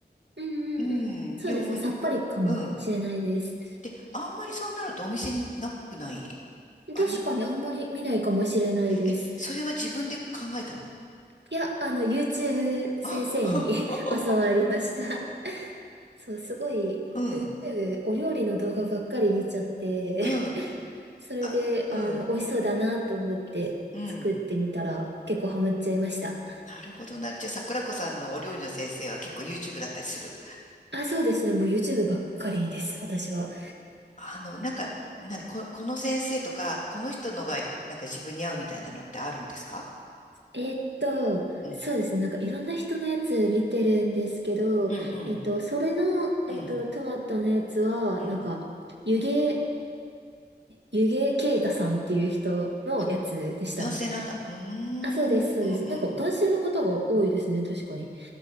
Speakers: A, on the right; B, on the left.
A: うんうんうん。
B: うん、
A: そうですね。
B: に思えて。
A: さっぱりかもしれないです。
B: うん。で、あんまりそうなるとお店になくない、あり、
A: 確かにあんまり見ないかもしれないです。
B: え、それは自分で考えたの
A: いや、あの、YouTube
B: あ、
A: 先生に
B: <laughs>
A: <laughs> 教わりました。そう、すごい、
B: うん、
A: YouTube お料理の動画ばっかり見ちゃって、
B: うん、
A: <laughs> それで、
B: あ、うん、
A: あの、美味しそうだなと思って作ってみたら結構ハマっちゃいました。
B: うん。なるほどな。じゃあ、桜子さんのお料理の先生は結構 YouTube だったりする。
A: あ、そうですね。もう YouTube ばっかりです、私は。
B: あの、なんか、なこ、この先生とか、この人のが、なんか自分に合うみたいなのってあるんですか
A: えーっと、
B: うん、
A: そうですね。なんかいろんな人のやつ見てるんですけど、
B: うん、うん、
A: えーっと、それの、
B: うん、
A: えーっと、トマトのやつは、
B: うん。
A: なんか、湯気、湯気啓太さんっていう人のやつでしたね。
B: あ、男性なんだ。うーん、
A: あ、そうです、
B: うん、
A: そうです。
B: うん。
A: なんか男性の方が多いですね、確かに。